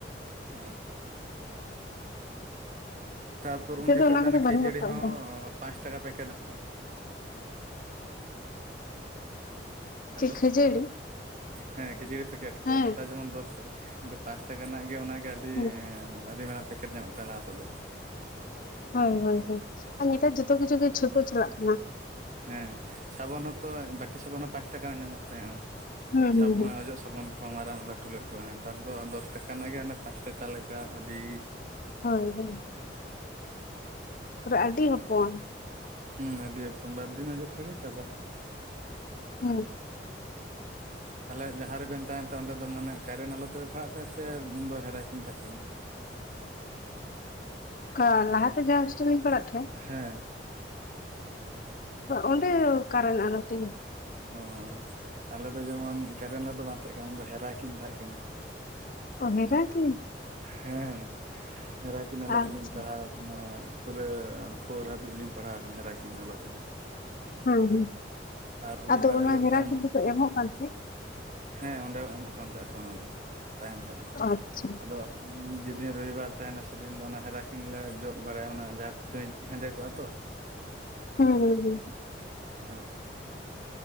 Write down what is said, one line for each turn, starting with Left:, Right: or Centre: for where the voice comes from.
Right: ᱚ ᱛᱟᱯᱚᱨ
Left: ᱱᱤᱛᱚᱜ
Right: ᱩᱱ ᱡᱚᱠᱷᱚᱱ
Left: ᱚᱱᱟ
Right: ᱫᱚ
Left: ᱠᱚᱫᱚ
Right: ᱚᱱᱮ ᱠᱷᱤᱡᱟᱹᱲᱤ
Left: ᱵᱟᱹᱱᱩᱜ ᱟᱠᱟᱫᱟ
Right: ᱦᱚᱸ ᱯᱟᱸᱪ ᱴᱟᱠᱟ ᱯᱮᱠᱮᱴ <inaudible> ᱦᱮᱞᱳ
Left: ᱪᱮ ᱠᱷᱟᱹᱡᱟᱹᱲᱤ
Right: ᱦᱮᱸ ᱠᱷᱮᱡᱟᱹᱨᱤ ᱯᱮᱠᱮᱴ ᱠᱚ
Left: ᱦᱮᱸ
Right: ᱱᱮᱛᱟᱨ ᱡᱮᱢᱚᱱ ᱫᱚᱥ ᱴᱟᱠᱟ ᱾ ᱠᱤᱱᱛᱩ ᱯᱟᱸᱪ ᱴᱟᱠᱟ ᱱᱟᱜ ᱜᱮ ᱚᱱᱟᱜᱮ ᱟᱹᱰᱤ
Left: ᱦᱳᱭ
Right: ᱮᱸ ᱟᱹᱰᱤ ᱢᱟᱨᱟᱝ ᱯᱮᱠᱮᱴ ᱧᱟᱢᱚᱜ ᱛᱟᱦᱮ ᱞᱟᱦᱟ ᱛᱮ ᱫᱚ ᱾
Left: ᱦᱳᱭ ᱦᱳᱭ ᱦᱳᱭ ᱟᱨ ᱱᱮᱛᱟᱨ ᱡᱚᱛᱚ ᱠᱤᱪᱷᱩ ᱜᱮ ᱪᱷᱳᱴᱟᱹ ᱪᱟᱞᱟᱜ ᱠᱟᱱᱟ ᱾
Right: ᱦᱮᱸ ᱥᱟᱵᱚᱱ ᱦᱚᱸᱛᱚ ᱵᱟᱹᱴᱤ ᱥᱟᱵᱚᱱ ᱦᱚᱸ ᱯᱟᱸᱪ ᱴᱟᱠᱟ ᱱᱟᱜ ᱧᱟᱢᱚᱜ ᱛᱟᱦᱮᱸᱡᱼᱟ ᱾
Left: ᱦᱩᱸ
Right: ᱥᱟᱵ
Left: ᱦᱩᱸ ᱦᱩᱸ
Right: ᱚᱡᱚᱜ ᱥᱟᱵᱚᱱ ᱦᱚᱸ ᱢᱟᱨᱟᱝ ᱞᱟᱹᱴᱩ ᱞᱟᱹᱴᱩᱼᱟ ᱱᱮᱛᱟᱨ ᱫᱚ ᱫᱚᱥ ᱴᱟᱠᱟ ᱱᱟᱜ ᱜᱮ ᱦᱟᱱᱮ ᱯᱟᱸᱪ ᱴᱟᱠᱟ ᱞᱮᱠᱟ ᱟᱹᱰᱤ
Left: ᱦᱳᱭ ᱦᱳᱭ, ᱯᱩᱨᱟᱹ ᱟᱹᱰᱤ ᱦᱚᱯᱚᱱ ᱾
Right: ᱦᱩᱸ ᱟᱹᱰᱤ ᱦᱚᱯᱚᱱ ᱵᱟᱨ ᱫᱤᱱ ᱚᱡᱚᱜ ᱛᱮᱜᱮ ᱪᱟᱵᱟ ᱾
Left: ᱦᱩᱸ
Right: <inaudible> ᱛᱷᱟᱞᱮᱡ ᱡᱟᱦᱟᱸ ᱨᱮᱵᱮᱱ ᱛᱟᱦᱮᱱ ᱛᱟᱦᱮᱸ ᱚᱸᱰᱮ ᱫᱚ ᱢᱟᱱᱮ ᱠᱟᱨᱮᱱ ᱟᱞᱚ ᱛᱮᱯᱮ ᱯᱷᱟᱲᱟᱜ ᱛᱟᱦᱮᱸ ᱥᱮ ᱩᱱ ᱫᱚ ᱦᱮᱨᱟ ᱠᱤᱱ ᱛᱟᱦᱮᱸ ᱠᱟᱱᱟ? <inaudible>
Left: ᱠᱟ ᱞᱟᱦᱟ ᱛᱮ ᱡᱟᱦᱟ ᱦᱳᱥᱴᱮᱞ ᱞᱤᱧ ᱯᱟᱲᱦᱟᱜ ᱛᱟᱦᱮᱜ ᱾
Right: ᱦᱮᱸ,
Left: ᱚ ᱚᱸᱰᱮ ᱠᱟᱨᱮᱱ ᱟᱞᱳ ᱛᱮᱜᱮ ᱾
Right: ᱚ ᱟᱞᱮᱫᱚ ᱡᱮᱢᱚᱱ ᱠᱟᱨᱮᱱ ᱟᱞᱳ ᱫᱚ ᱵᱟᱝ ᱛᱟᱦᱮᱸ ᱠᱟᱱᱟ ᱩᱱ ᱫᱚ ᱦᱮᱨᱟ ᱠᱤᱱ ᱛᱟᱦᱮᱸᱫ ᱠᱟᱱᱟ᱾
Left: ᱚ ᱦᱮᱨᱟ ᱠᱤᱱ?
Right: ᱦᱮᱸ ᱦᱮᱨᱟ ᱠᱤᱱ ᱟᱞᱳ
Left: ᱟᱪᱪᱷᱟ
Right: ᱛᱮᱞᱤᱧ ᱯᱟᱲᱦᱟᱣ ᱢᱟᱱᱮ ᱯᱩᱨᱟᱹ ᱯᱷᱳᱨ ᱦᱟᱹᱵᱤᱡ ᱞᱤᱧ ᱯᱟᱲᱦᱟᱣ ᱠᱟᱱᱟ ᱦᱮᱨᱟ ᱠᱤᱱ ᱟᱞᱚ ᱛᱮᱜᱮ᱾
Left: ᱦᱳᱜ ᱦᱩᱸ
Right: ᱟᱨ ᱨᱚᱵᱤᱵᱟᱨ
Left: ᱟᱫᱚ ᱚᱱᱟ
Right: ᱦᱤᱞᱳᱜ
Left: ᱦᱮᱨᱟ
Right: ᱫᱚ
Left: ᱠᱤᱱ ᱫᱚᱠᱚ ᱮᱢᱚᱜ ᱠᱟᱱ ᱛᱮ?
Right: ᱦᱮᱸ ᱚᱸᱰᱮ ᱮᱢᱚᱜ ᱠᱟᱱ ᱛᱟᱦᱮᱸᱫ ᱠᱚ ᱚᱱᱟ ᱫᱚ ᱛᱟᱦᱮᱱ ᱛᱟᱦᱮᱸᱜ
Left: ᱟᱪᱪᱷᱟ
Right: ᱟᱫᱚ ᱾ <inaudible> ᱡᱮᱫᱤᱱ ᱨᱚᱭᱤᱵᱟᱨ ᱛᱟᱦᱮᱱᱟ ᱥᱮᱫᱤᱱ ᱫᱚ ᱚᱱᱟ ᱦᱮᱨᱟᱠᱤᱱ ᱞᱮ ᱡᱚᱫ ᱵᱟᱲᱟᱭᱟ ᱚᱱᱟ ᱡᱟᱦᱟᱸ ᱠᱟᱹᱪ ᱦᱮᱸᱫᱮ ᱠᱚᱜᱼᱟ ᱛᱚ ᱾
Left: ᱦᱩᱸ ᱦᱩᱸ ᱦᱩᱸ,
Right: <inaudible>